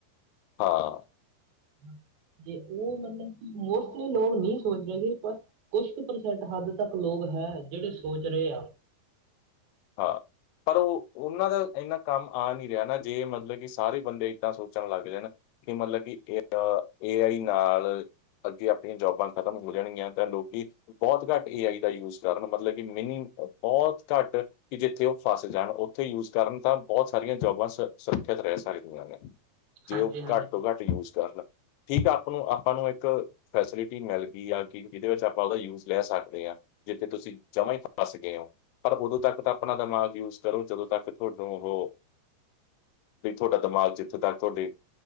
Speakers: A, on the left; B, on the right.
A: ਹਾਂ
B: ਹਮ ਜੇ ਉਹ ਮਤਲਬ ਕਿ ਮੋਸਟਲੀ ਲੋਕ ਨਹੀਂ ਸੋਚ ਰਹੇ ਪਰ ਕੁਛ ਕੁ ਪ੍ਰਸੈਂਟ ਹੱਦ ਤੱਕ ਲੋਕ ਹੈ ਜਿਹੜੇ ਸੋਚ ਰਹੇ ਆ
A: ਹਾਂ ਪਰ ਉਹ ਉਹਨਾਂ ਦਾ ਇੰਨਾ ਕੰਮ ਆ ਨਹੀਂ ਰਿਹਾ ਨਾ ਜੇ ਮਤਲਬ ਕਿ ਸਾਰੇ ਬੰਦੇ ਇੱਦਾਂ ਸੋਚਣ ਲੱਗ ਜਾਣ ਮਤਲਬ ਕਿ ਇਹ ਏ ਆਈ ਨਾਲ ਅੱਗੇ ਆਪਣੀਆਂ ਜੋਬਾਂ ਖ਼ਤਮ ਹੋ ਜਾਣਗੀਆਂ ਤਾਂ ਲੋਕ ਬਹੁਤ ਘੱਟ ਏ ਆਈ ਦਾ ਯੂਜ ਕਰਨ ਮਤਲਬ ਕਿ ਮਿਨੀ ਬਹੁਤ ਘੱਟ ਕਿ ਜਿੱਥੇ ਉਹ ਫਸ ਜਾਣ ਉੱਥੇ ਯੂਜ ਕਰਨ ਤਾਂ ਬਹੁਤ ਸਾਰੀਆਂ ਜੋਬਾਂ ਸ ਸੁਰੱਖਿਅਤ ਰਹਿ ਸਕਦੀਆਂ ਨੇ। ਜੇ
B: ਹਾਂਜੀ
A: ਉਹ
B: ਹਾਂਜੀ
A: ਘੱਟ ਤੋਂ ਘੱਟ ਯੂਜ ਕਰਨ ਠੀਕ ਆਪਾਂ ਨੂੰ ਆਪਾਂ ਨੂੰ ਇੱਕ ਫੈਸਿਲਿਟੀ ਮਿਲ ਗਈ ਆ ਕਿ ਜਿਹਦੇ ਵਿੱਚ ਆਪਾਂ ਉਹਦਾ ਯੂਜ ਲੈ ਸਕਦੇ ਹਾਂ। ਜਿੱਥੇ ਤੁਸੀਂ ਜਮਾ ਹੀ ਫਸ ਗਏ ਹੋ ਪਰ ਉਦੋਂ ਤੱਕ ਤਾਂ ਆਪਣਾ ਦਿਮਾਗ਼ ਯੂਜ ਕਰੋ ਜਦੋਂ ਤਾਂ ਕਰੋ ਤੁਹਾਡੂ ਵੀ ਤੁਹਾਡਾ ਦਿਮਾਗ ਜਿੱਥੋਂ ਤੱਕ ਤੁਹਾਡੀ